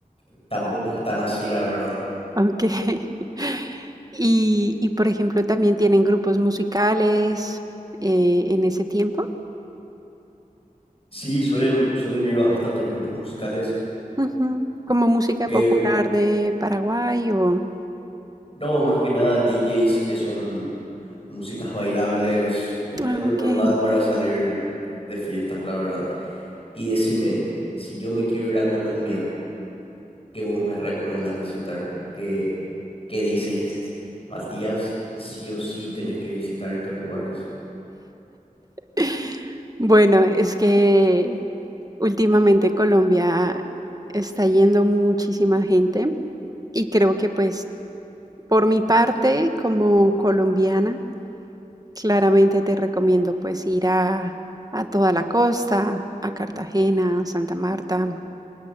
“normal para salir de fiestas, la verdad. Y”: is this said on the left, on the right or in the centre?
Left